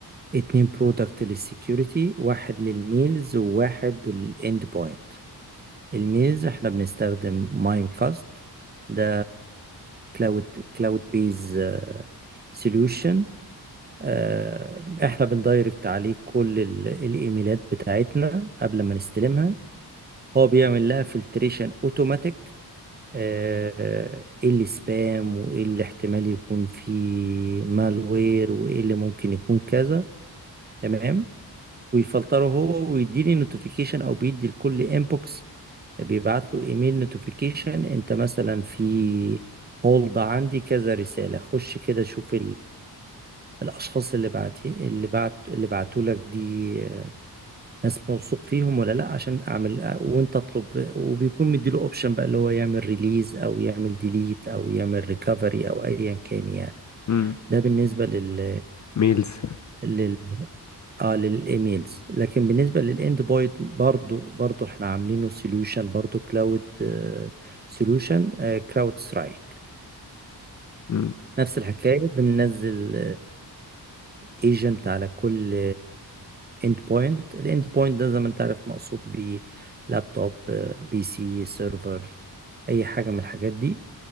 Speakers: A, on the right; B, on the left.
A: اتنين برودكت للسكيورتي واحد للميلز وواحد للاند بوينت الميلز احنا بنستخدم مايم كاست ده كلاود كلاود بيز سوليوشن آه، احنا بندايركت عليه كل ال- الايميلات بتاعتنا قبل ما نستلمها هو بيعمل لها فلتريشن اوتوماتيك آه، ايه اللي سبام وايه اللي احتمال يكون فيه مالوير وايه اللي ممكن يكون كذا تمام ويفلتره هو ويديني نوتيفيكيشن او بيدي لكل انبوكس بيبعت له ايميل نوتيفيكيشن انت مثلا في هولد عندي كذا رسالة خش كده شوف الاشخاص اللي بعتي اللي بعت اللي بعتوا لك دي آه، ناس موثوق فيهم ولا لا عشان اعمل آه، وانت اطلب وبيكون مديله اوبشن بقى اللي هو يعمل ريليز او يعمل ديليت او يعمل ريكفري او ايا كان يعني
B: امم
A: ده بالنسبه لل
B: ميلز
A: لل اه للايميلز لكن بالنسبه للاند بوينت برضو برضو احنا عاملينه سوليوشن برضو كلاود سوليوشن كراود سترايك
B: امم
A: نفس الحكاية بننزل ايجنت على كل اند بوينت الاند بوينت ده زي ما انت عارف مقصود بيه لابتوب آه، بي سي سيرفر اي حاجة من الحاجات دي